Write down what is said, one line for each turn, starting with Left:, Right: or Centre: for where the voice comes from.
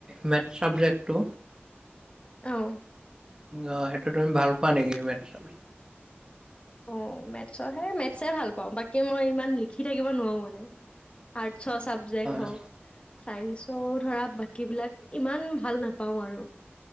Right: মে চাবজেক্টটো
Left: আহ
Right: অঁ সেইটো তুমি ভাল পোৱা নেকি মেট্ৰাল
Left: অ মেথছৰ সেই মেথছেই ভাল পাওঁ বাকী মই ইমান লিখি থাকিব নোৱাৰো মানে আৰ্টছ চাব্জেক্ট হওক
Right: অ
Left: চাইন্সও ধৰা বাকীবলাক ইমান ভাল নাপাওঁ আৰু